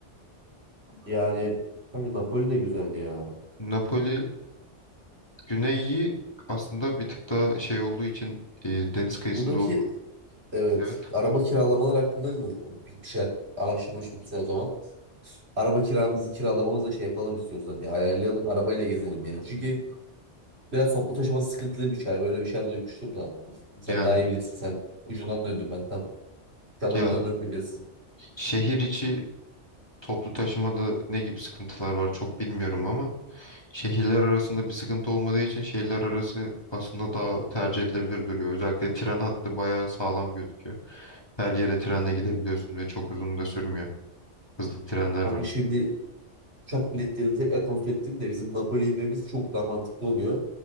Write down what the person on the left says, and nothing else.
Napoli güneyi aslında bir tık daha şey olduğu için e, deniz kıyısında
olduğu.
Evet.
Yani
ya
şehir içi toplu taşımada ne gibi sıkıntılar var çok bilmiyorum ama Şehirler arasında bir sıkıntı olmadığı için şehirler arası aslında daha tercih edilebilir duruyor. Özellikle tren hattı bayağı sağlam gözüküyor. Her yere trenle gidebiliyorsun ve çok uzun da sürmüyor. Hızlı trenler
var.